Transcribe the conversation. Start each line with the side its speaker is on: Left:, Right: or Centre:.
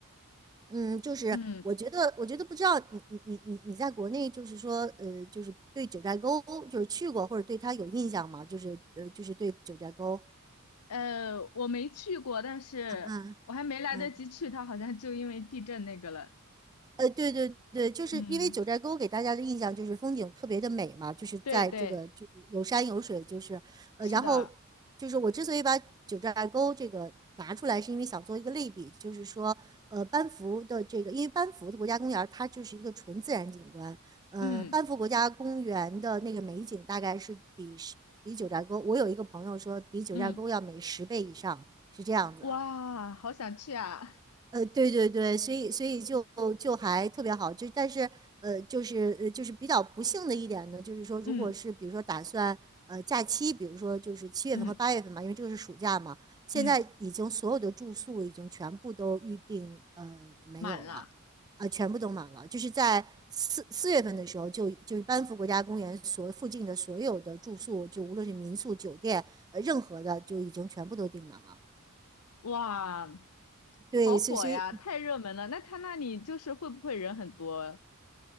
Right: 嗯，就是我觉得，
Left: 嗯嗯
Right: 我觉得不知道你你你你你在国内，就是说，呃，就是对九寨沟就是去过或者对它有印象吗？就是呃，就是对九寨沟，
Left: 呃，我没去过，但是我还没来得及去，
Right: 嗯嗯。
Left: 它好像就因为地震那个了。
Right: 呃，对对对，就是因为九寨沟给大家的印象就是风景特别的美嘛，
Left: 嗯，
Right: 就是在这个就是有山有水，
Left: 对对，
Right: 就是呃，
Left: 是的，
Right: 然后就是我之所以把九寨沟这个拿出来，是因为想做一个类比，就是说呃，班夫的这个，因为班夫的国家公园儿它就是一个纯自然景观，嗯、
Left: 嗯
Right: 呃班夫国家公园的那个美景大概是比比九寨沟，我有一个朋友说比九寨沟要美十倍以上，
Left: 嗯，
Right: 是这样子啊。
Left: 哇，好想去啊！
Right: 呃，对对对，所以所以就就还特别好，就但是呃，就是呃，就是比较不幸的一点呢，就是说，如果是比如说打算呃假期，
Left: 嗯
Right: 比如说就是七月份和八月份嘛，
Left: 嗯
Right: 因为这个是暑假嘛，现在已经所有的住宿已经全部都预定呃没有了，
Left: 嗯，满了，
Right: 啊、全部都满了，就是在四四月份的时候就就是班夫国家公园所附近的所有的住宿，就无论是民宿、酒店，呃，任何的就已经全部都订满了。
Left: 哇，
Right: 对，
Left: 好火呀，
Right: 所以所以
Left: 太热门了。那他那里就是会不会人很多？